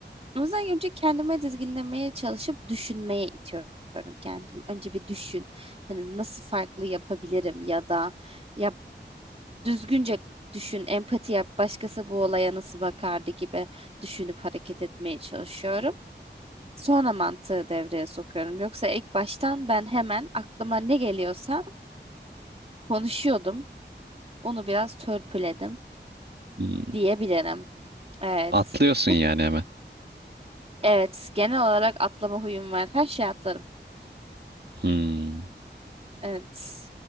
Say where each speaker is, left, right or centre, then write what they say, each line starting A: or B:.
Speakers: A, on the right; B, on the right.
A: O yüzden önce kendime dizginlemeye çalışıp düşünmeye itiyorum kendimi. Önce bir düşün. Hani nasıl farklı yapabilirim ya da yap düzgünce düşün, empati yap. Başkası bu olaya nasıl bakardı gibi düşünüp hareket etmeye çalışıyorum. Sonra mantığı devreye sokuyorum. Yoksa ilk baştan ben hemen aklıma ne geliyorsa konuşuyordum. Onu biraz törpüledim
B: Hmm.
A: diyebilirim. Evet.
B: Atlıyorsun
A: Ve-
B: yani hemen.
A: Evet, genel olarak atlama huyum var. Her şey atlarım.
B: Hmm.
A: Evet.